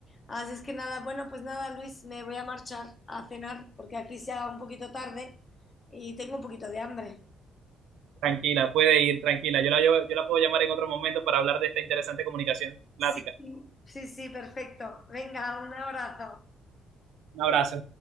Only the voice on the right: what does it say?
Tranquila, puede ir, tranquila. Yo la, yo, yo la puedo llamar en otro momento para hablar de esta interesante comunicación. Plática.
Un abrazo.